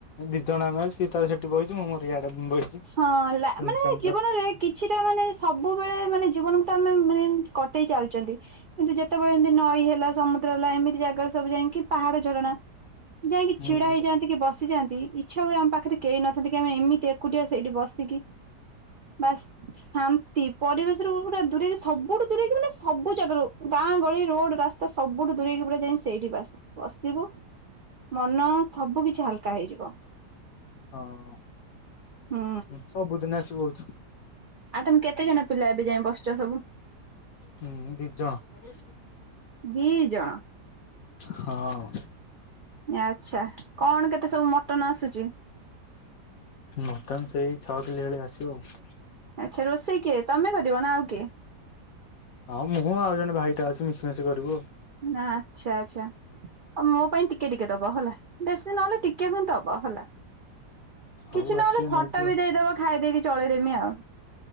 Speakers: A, on the left; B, on the right.
A: ଦି ଜଣ ଆମେ ଆସିଛୁ ସିଏ ତା ସେଠି ବହିଛି ମୁଁ ମୋର ଇଆଡେ। ବଇଛି
B: ହଁ ଲା
A: ସୁନସାନ
B: ମାନେ ଜୀବନରେ
A: ପୁରା
B: କିଛିଟା ମାନେ ସବୁବେଳେ ମାନେ ଜୀବନକୁ ତ ଆମେ ମାନେ ଏମିତି କଟେଇ ଚାଲିଚନ୍ତି କିନ୍ତୁ ଯେତେବେଳେ ଏମିତି ନଈ ହେଲା ସମୁଦ୍ର ହେଲା ଏମିତି ଜାଗା ସବୁ ଯାଇଁକି ପାହାଡ ଝରଣା ଯାଇକି
A: ହୁଁ
B: ଛିଡା ହେଇଯାନ୍ତିକି ବସିଯାନ୍ତି ଇଚ୍ଛା ହୁଏ ଆମ ପାଖରେ କେହି ନଥାନ୍ତେ କି ଆମେ ଏମିତି ଏ ଏକୁଟିଆ ସେଇଠି ବସିକିି। ବାସ ଶାନ୍ତି ପରିବେସରୁ ଗୋ-ଗୋଟେ ଦୂରେଇକି ସବୁଠୁ ଦୂରେଇକି ମାନେ ସବୁ ଜାଗାରୁ ବା ଗାଁ, ଗଳି, ରୋଡ, ରାସ୍ତା ସବୁଠୁ ଦୂରେଇକି ପୁରା ଯାଇଁ ସେଇଠି ବାସ ବସିଥିବୁ। ମନ ସବୁ କିଛି ହାଲକା ହେଇଯିବ।
A: ହଁ।
B: ହୁଁ
A: ଉଁ ସବୁଦିନ ଆସିକି ବଉଚି
B: ଆଉ ତମେ କେତେଜଣ ପିଲା ଏବେ ଯାଇ ବସୁଛ ସବୁ?
A: ହୁଁ ଦି ଜଣ।
B: ଦି ଜଣ।
A: ହଁ।
B: ଆଚ୍ଛା କଣ କେତେ ସବୁ ମଟନ ଆସୁଛି?
A: ମଟନ ସେଇ ଛଅ କିଲେ ଭଳିଆ ଆସିବ ଆଉ।
B: ଆଚ୍ଛା ରୋଷେଇ କିଏ ତମେ କରିବନା ଆଉ କିଏ?
A: ହଁ ମୁଁ ଆଉ ଜଣେ ଭାଇଟା ଅଛି ମିଶିମିଶି କରିବୁ।
B: ନା ଆଚ୍ଛା ଆଚ୍ଛା। ଆଉ ମୋ ପାଇଁ ଟିକେ ଟିକେ ଦବ ହେଲା ବେଶୀ ନହେଲେ ଟିକେ ତ ଦବ ହେଲା।
A: ହଉ
B: କିଛି ନହେଲେ
A: ଆସିବେ
B: ଫଟୋ
A: ନେଇଯିବ
B: ବି ଦେଇଦବ ଖାଇଦେଇକି ଚଳେଇଦେମି ଆଉ।